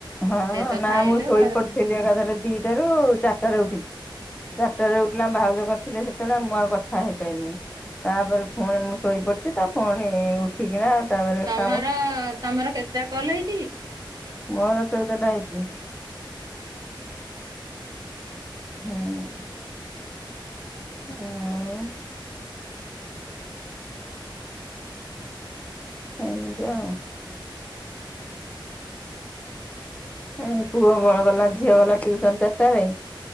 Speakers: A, on the left (about 15°); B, on the right (about 45°).
A: ହଁ
B: ଏଇତ
A: ନାଁ
B: ଖାଇଲୁ
A: ମୁଁ ଶୋଇପଡିଥିଲି
B: ଆଉ
A: ଏକାଥରେ ଦିଟା ରେ ଏକାଥରେ ଚାରିଟାରେ ଉଠିଲି। ଚାରିଟାରେ ଉଠିଲି ଆମ୍ ଭାଉଜ କରିଥିଲେ ସେତେବେଳେ ମୁଁ ଆଉ କଥା ହେଇପାଇଲିନି। ତାପରେ ଫୁଣି ମୁଁ ଶୋଇପଡ଼ିଚି ତ ଫୁଣି ଉଠିକିନା ତାପରେ
B: ତମର
A: କାମ
B: ତମର କେତେଟା କଲ୍ ହେଇଚିକି?
A: ମୋର ଚଉଦଟା ହେଇଚି।
B: <inaudible>
A: ହୁଁ। ହୁଁ ହେମିତି ଆଉ। ଏ ପୁଅ ଗଲା ଝିଅ ଗଲା ଟ୍ୟୁସନ୍‌ ଚାର୍ଟାରେ।